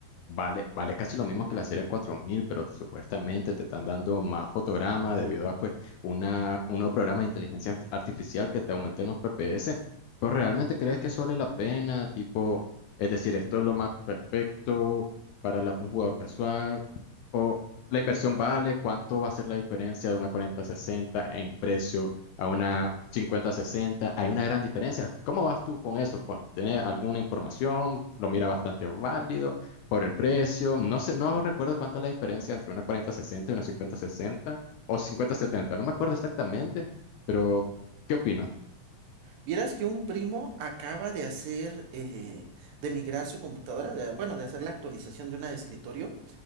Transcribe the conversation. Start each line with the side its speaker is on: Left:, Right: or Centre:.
Left: vale, vale casi lo mismo que la serie 4000, pero supuestamente te están dando más fotogramas debido a pues una, un nuevo programa de inteligencia art- artificial que te aumenten los FPS. Pero realmente crees que solo vale la pena, tipo, es decir, esto es lo más perfecto para la- un jugador casual, o la inversión vale, cuánto va a ser la diferencia de una cuarenta sesenta en precio a una cincuenta sesenta Hay una gran diferencia. ¿Cómo vas tú con eso? ¿Con tener alguna información? ¿Lo mira bastante válido por el precio? No sé, no recuerdo cuánta es la diferencia entre una cuarenta sesenta y una cincuenta sesenta o cincuenta setenta No me acuerdo exactamente, pero ¿qué opinas?
Right: Vieras que un primo acaba de hacer, eh, de migrar su computadora, de- bueno, de hacer la actualización de una de escritorio,